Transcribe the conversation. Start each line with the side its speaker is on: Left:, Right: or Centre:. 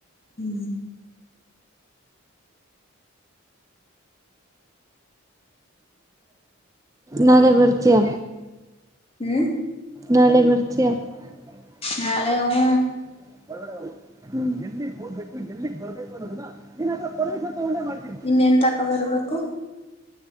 Left: ಹ್ಮ್.
Right: ನಾಳೆ ಬರ್ತಿಯ.
Left: ಹ್ಮ್.
Right: ನಾಳೆ ಬರ್ತಿಯಾ. <unintelligible>
Left: ನಾಳೆ ಹೂ ಇನ್ನೇನ್ ತಗೊಬರ್ಬೇಕು.